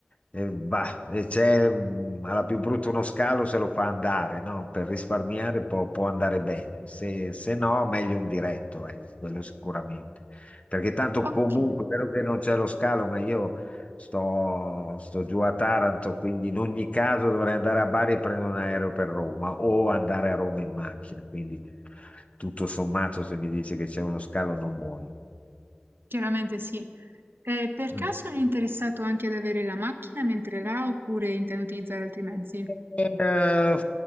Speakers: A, on the left; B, on the right.
A: e, bah, e c'è mm, alla più brutta uno scalo, se lo fa andare, no? Per risparmiare può, può andare bene, se, se no meglio un diretto, ecco, quello sicuramente. Perché tanto
B: Ok.
A: comunque, è vero che non c'è lo scalo, ma io Sto, sto giù a Taranto, quindi in ogni caso dovrei andare a Bari e prendere un aereo per Roma o andare a Roma in macchina. Quindi tutto sommato, se mi dice che c'è uno scalo, non muoio.
B: Chiaramente sì. E per
A: Mm.
B: caso eri interessato anche ad avere la macchina mentre là oppure intendi utilizzare altri mezzi?
A: Eh,